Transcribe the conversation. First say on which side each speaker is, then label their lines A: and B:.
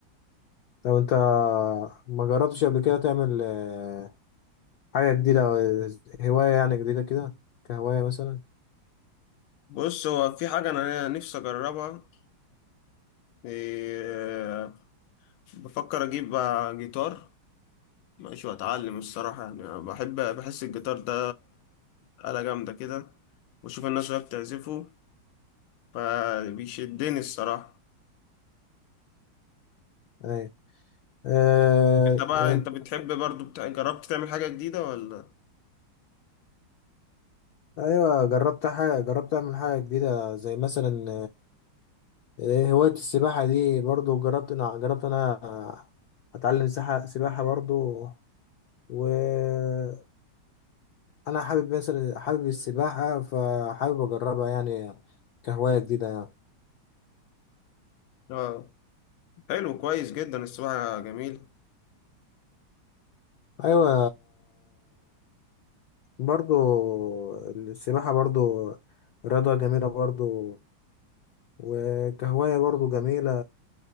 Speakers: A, on the left; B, on the left.
A: طب أنت ما جربتش قبل كده تعمل آه، حاجة جديدة آه، هواية يعني جديدة كده كهواية مثلا؟
B: بص هو في حاجة أنا نفسي أجربها إيه، بفكر أجيب آه، جيتار ماشي واتعلم الصراحة يعني أنا بحب بحس الجيتار ده آلة جامدة كده واشوف الناس وهي بتعزفه فبيشدني الصراحة
A: أيوة آه،
B: انت بقى
A: آه،
B: انت بتحب برضو بتاع... جربت تعمل حاجة جديدة ولا
A: أيوة جربت حاجة جربت أعمل حاجة جديدة زي مثلا إيه، هواية السباحة دي برضو جربت أنا جربت أنا أتعلم سباحة سباحة برضو وأنا حابب مثلا حابب السباحة فحابب أجربها يعني كهواية جديدة يعني
B: اه حلو كويس جدا السباحة جميل
A: أيوة برضو السباحة برضو رياضة جميلة برضو وكهواية برضو جميلة